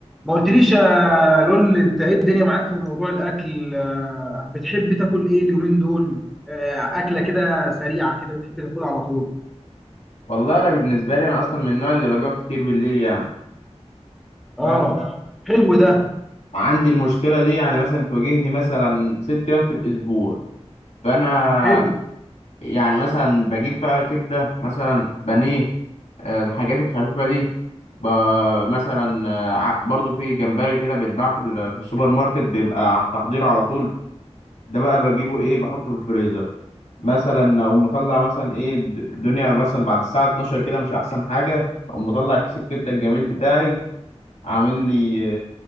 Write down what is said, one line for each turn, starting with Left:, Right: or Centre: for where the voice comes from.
Centre: ما قلتليش يا لول انت ايه الدنيا معاك في موضوع الاكل آه، بتحب تاكل ايه اليومين دول آه، اكله كده سريعه كده بتحب تاكلها على طول
Left: والله انا بالنسبه لي انا اصلا من النوع اللي بجوع كتير بالليل يعني
Centre: اه
Left: فانا
Centre: حلو ده
Left: عندي المشكله دي يعني مثلا بتواجهني مثلا ست ايام في الاسبوع فانا
Centre: حلو
Left: يعني مثلا بجيب بقى كبده مثلا بانيه آه، الحاجات الخفيفه دي ب- مثلا آه، ع- برضو في جمبري كده بيتباع في ال- في السوبر ماركت بيبقى على التحضير على طول ده بقى بجيبه ايه بحطه في الفريزر مثلا او مطلع مثلا ايه الد- الدنيا مثلا بعد الساعه 12 كده مش احسن حاجه او مطلع كيس الكبده الجميل بتاعي عامل لي